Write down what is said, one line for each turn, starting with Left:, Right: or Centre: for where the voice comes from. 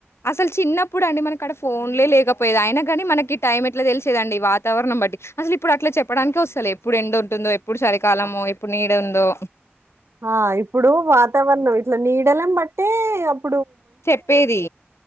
Left: అసలు చిన్నప్పుడు అండి మనక్ అక్కడ ఫోన్లే లేకపోయది అయినా కాగాని మనకి ఈ టైం ఎట్లా తెలిసేదండి వాతావరణం బట్టి అసలు ఇప్పుడు అట్లా చెప్పడానికి వస్తులే ఎప్పుడు ఎండోత్తుందో ఎప్పు ఇప్పుడు చలికాలము
Right: ఆ
Left: ఇప్పుడు నీ దే ఉందొ
Right: ఆ ఇప్పుడు వాతావరణం ఇట్లా నీడలం బట్టే అప్పు
Left: చెప్పేది